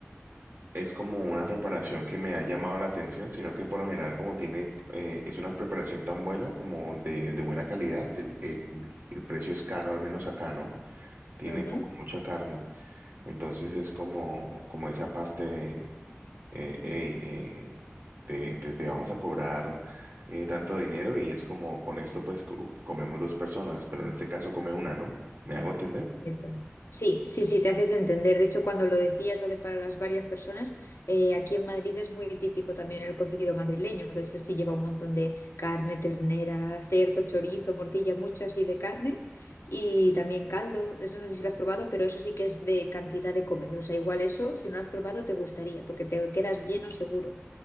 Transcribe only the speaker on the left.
Ujú.
Cierto. Sí, sí, sí, te haces entender. De hecho, cuando lo decías, lo de para las varias personas, eh, aquí en Madrid es muy típico también el cocido madrileño, que eso sí lleva un montón de carne, ternera, cerdo, chorizo, morcilla, mucho así de carne y también caldo. Eso no sé si lo has probado, pero eso sí que es de cantidad de comer. O sea, igual eso, si no lo has probado, te gustaría, porque te quedas lleno seguro.